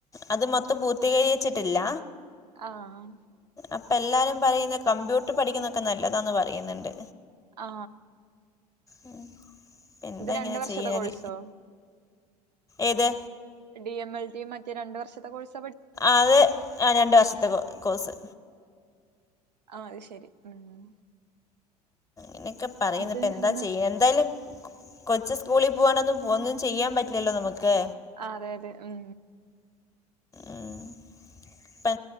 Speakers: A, on the left; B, on the right.
A: അത് മൊത്തം പൂർത്തീകരിച്ചിട്ടില്ല
B: ആഹ്
A: അപ്പൊ എല്ലാരും പറയുന്ന കമ്പ്യൂട്ടർ പഠിക്കുന്നൊക്കെ നല്ലതാന്ന് പറയുന്നുണ്ട്
B: ആ
A: ഉ എന്താ ഇങ്ങനെ
B: രണ്ട് വർഷത്തെ
A: ചെയ്യണത്
B: കോഴ്സോ
A: ഏത്
B: ഡി എം എൽ ടി മറ്റേ രണ്ടു വർഷത്തെ കോഴ്സ്
A: അത് ആ രണ്ട് വർഷത്തെ കോഴ്സ്
B: ആ അത് ശരി ഉം
A: ഇനൊക്കെ പറയുന്ന
B: എന്നിട്ട്
A: ഇപ്പ എന്താ
B: ഇന്ന്
A: ചെയ്യ എന്തായാലും കൊച്ച് സ്കൂളിൽ പോകണൊന്നും ഒന്നും ചെയ്യാൻ പറ്റില്ലല്ലോ നമുക്ക്
B: ആ അതെ അതെ ഉം
A: ഉം പി